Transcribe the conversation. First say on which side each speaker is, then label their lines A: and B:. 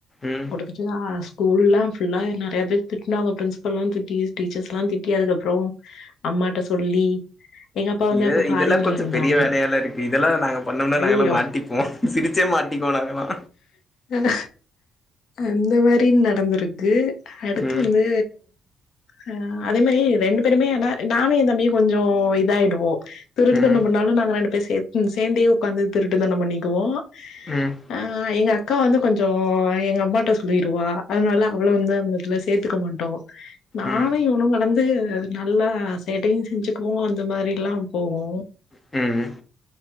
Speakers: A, on the left; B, on the left.
A: ம்
B: குடுத்து ல்ல ஸ்கூல்லாம் ஃபுல்லா நெறைய பேர் திட்னா அவ பிரின்ஸ்பல்லா திட்டி டீச்சர்ஸ் எல்லா திட்டி அதுக்கப்புறோ அம்மாட்ட சொல்லி எங்க அப்பா வந்து
A: ஏ
B: அப்ப ஃபாரின்ல
A: இதெல்லா கொஞ்சோ
B: இருந்தாங்க
A: பெரிய வேலையால்ல இருக்கு இதெல்லா நாங்க பண்ணம்னா
B: ஐயயோ
A: நாங்க எல்லா மாட்டிப்போ சிரிச்சே மாட்டிக்வோ நாங்கல்லா.
B: தத அந்த மாரி நடந்திருக்கு அடுத்து
A: ம்
B: வந்து ஆ அதே மாரி ரெண்டு பேருமே ந நானு எந் தம்பியு கொஞ்சோ இதாயிடுவோ. திருட்டுத்தணம்
A: ம்
B: பண்ணாலு நாங்க ரெண்டுபேரும் சே சேந்தே உக்காந்து திருட்டுத்தனம் பண்ணிக்குவோ
A: ம்.
B: ஆ எங்க அக்கா வந்து கொஞ்சோ எங்க அம்மாட்ட சொல்லிருவா அதனால அவள வந்து அந்த த்ல சேத்துக்க மான்ட்டோ நானு
A: ம்
B: இவுனும்ல வந்து நல்லா சேட்டையு செஞ்சுக்குவோ அந்த மாரில்லாம் போவோ.
A: ம்.